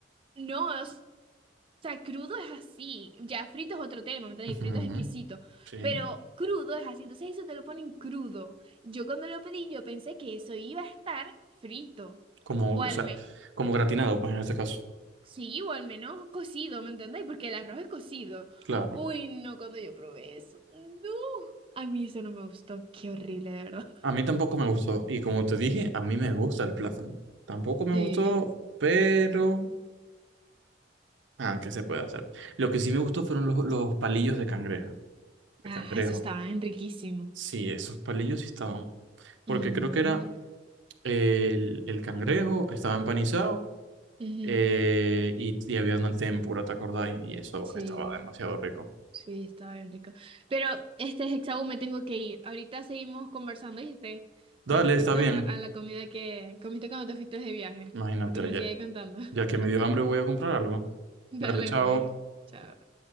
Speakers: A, on the right (about 30°); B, on the right (about 80°).
A: No, o sea, crudo es así. Ya frito es otro tema, ¿me entiendes?
B: Ujú,
A: Frito es exquisito.
B: sí.
A: Pero crudo es así. Entonces eso te lo ponen crudo. Yo cuando lo pedí, yo pensé que eso iba a estar frito.
B: Como,
A: O al
B: o sea,
A: menos,
B: como gratinado, pues en este caso.
A: sí, o al menos cocido, ¿me entendéis? Porque el arroz es cocido.
B: Claro.
A: Uy, no, cuando yo probé eso. No. A mí eso no me gustó. Qué horrible, de verdad.
B: A mí tampoco me gustó. Y como te dije, a mí me gusta el plátano. Tampoco me
A: Sí.
B: gustó, pero... Ah, ¿qué se puede hacer? Lo que sí me gustó fueron los, los palillos de cangreja, de
A: Ah,
B: cangrejo.
A: eso estaba bien riquísimo.
B: Sí, esos palillos sí estaban. Porque
A: Ujú,
B: creo
A: muy
B: que era
A: rico.
B: el, el cangrejo, estaba empanizado
A: Ujú,
B: eh, y, y había una tempura, ¿te acordás? Y eso
A: Sí.
B: estaba demasiado rico.
A: Sí, estaba bien rico. Pero, este Hexaú, me tengo que ir. Ahorita seguimos conversando, ¿viste?
B: Dale,
A: Con respecto
B: está bien.
A: a, a la comida que comiste cuando te fuiste de viaje.
B: Imagínate,
A: Para que me
B: ya
A: sigas contando. <laughs>
B: ya que me dio hambre voy a comprar algo.
A: Dale,
B: Dale, chao.
A: pues. Chao.